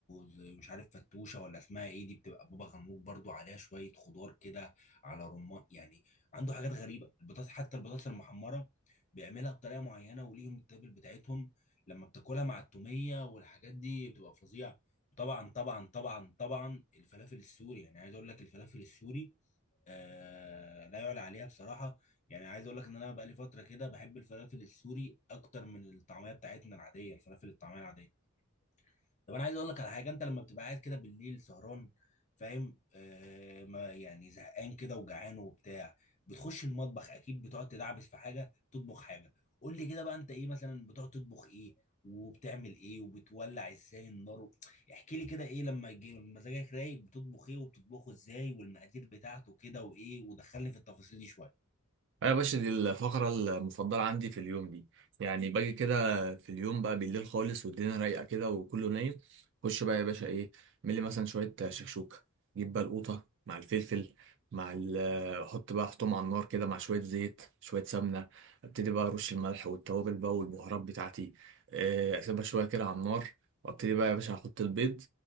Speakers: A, on the left; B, on the right.
A: زي- مش عارف فتوشه ولا اسمها ايه دي بتبقى بابا غنوج برضو عليها شويه خضار كده على رمان يعني عنده حاجات غريبه البطاطس حتى البطاطس المحمره بيعملها بطريقه معينه وليهم التابل بتاعتهم لما بتاكلها مع التوميه والحاجات دي بتبقى فظيعه طبعا طبعا طبعا طبعا الفلافل السوري يعني عايز اقول لك الفلافل السوري آه لا يعلى عليها بصراحه يعني عايز اقول لك ان انا بقالي فتره كده بحب الفلافل السوري اكتر من الطعميه بتاعتنا العاديه الفلافل الطعميه العاديه طب انا عايز اقول لك على حاجه انت لما بتبقى قاعد كده بالليل سهران فاهم آه ما يعني زهقان كده وجعان وبتاع بتخش المطبخ اكيد بتقعد تدعبس في حاجه تطبخ حاجه قول لي كده بقى انت ايه مثلا بتقعد تطبخ ايه وبتعمل ايه وبتولع ازاي النار و- احكي لي كده ايه لما يجي مزاجك رايق بتطبخ ايه وبتطبخه ازاي والمقادير بتاعته كده وايه ودخلني في التفاصيل دي شويه
B: انا يا باشا دي الفقره المفضله عندي في اليوم دي يعني باجي كده في اليوم بقى بالليل خالص والدنيا رايقه كده وكله نايم خش بقى يا باشا ايه ملي مثلا شويه شكشوكه جيب بقى القوطه مع الفلفل مع ال حط بقى احطهم على النار كده مع شويه زيت شويه سمنه ابتدي بقى ارش الملح والتوابل بقى والبهارات بتاعتي آه، اسيبها شويه كده على النار وابتدي بقى يا باشا احط البيض